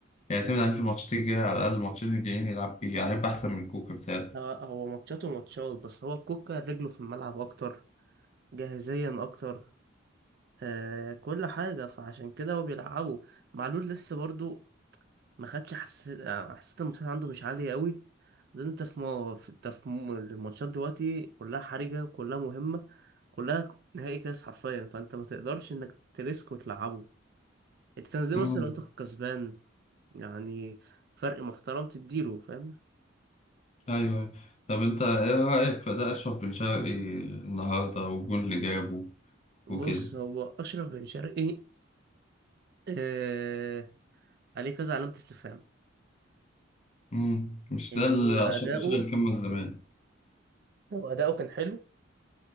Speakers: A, on the left (about 35°); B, on the right (about 55°).
A: يعتمد عليه في الماتشات الجاية على الأقل الماتشين الجايين يلعب بيه يعني هيبقى أحسن من كوكا بتاعي
B: هو هو ماتشاته ماتشات بس هو كوكا رجله في الملعب اكتر جاهزيا اكتر آه كل حاجه فعشان كده هو بيلعبه معلول لسه برضو ما خدش حسيت آه، حسيت المستوى عنده مش عالي قوي زي انت في ما في انت في م- الماتشات دلوقتي كلها حرجه كلها مهمه كلها نهائي كاس حرفيا فانت ما تقدرش انك تريسك وتلعبه انت تنزله
A: أمم،
B: مثلا لو انت كسبان يعني فرق محترم تديله فاهم
A: أيوه طب أنت إيه رأيك في ده أشرف بن شرقي النهاردة والجون اللي جابه
B: بص
A: وكده
B: هو أشرف بن شرقي آه عليه كذا علامة استفهام
A: أمم، مش
B: يعني
A: ده اللي
B: هو أداؤه
A: أشرف بن شرقي كمل
B: هو أداؤه كان حلو